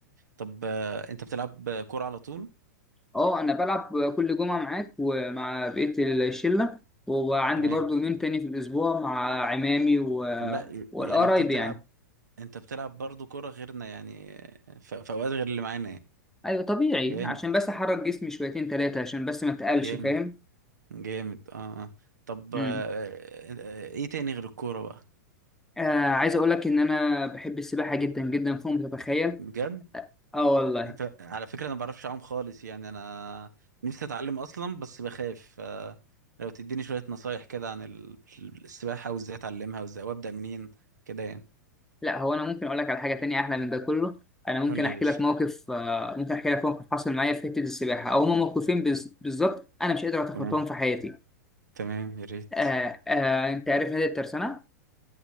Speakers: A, on the right; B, in the centre.
A: طب آه، انت بتلعب كوره على طول
B: أه أنا بلعب كل جمعة معاك ومع بقية الشلة وعندي
A: تمام
B: برضو يومين تاني في الأسبوع مع عمامي و...
A: لا
B: والقرايب
A: يعني انت بتلعب
B: يعني
A: انت بتلعب برضو كرة غيرنا يعني ف- في اوقات غير اللي معانا يعني
B: أيوة طبيعي
A: جامد
B: عشان بس أحرك جسمي شويتين تلاتة عشان بس ما أتقلش
A: جامد
B: فاهم
A: جامد اه اه طب
B: امم
A: آه، آه، ايه تاني غير الكورة بقى
B: آه عايز اقول لك ان انا بحب السباحه جدا جدا فوق ما تتخيل
A: بجد
B: اه والله
A: انت على فكرة انا ما بعرفش اعوم خالص يعني انا نفسي اتعلم اصلا بس بخاف آه، لو تديني شوية نصايح كده عن ال- السباحة وازاي اتعلمها وازاي وابدأ منين كده يعني
B: لا هو انا ممكن اقول لك على حاجه تانية احلى من ده كله انا ممكن
A: قول لي
B: احكي
A: يا باشا
B: لك موقف آه ممكن احكي لك موقف حصل معايا في حته السباحه او هما موقفين بز- بالظبط انا مش قادر اتخطاهم
A: تمام
B: في حياتي
A: تمام يا ريت
B: آه آه انت عارف نادي الترسانه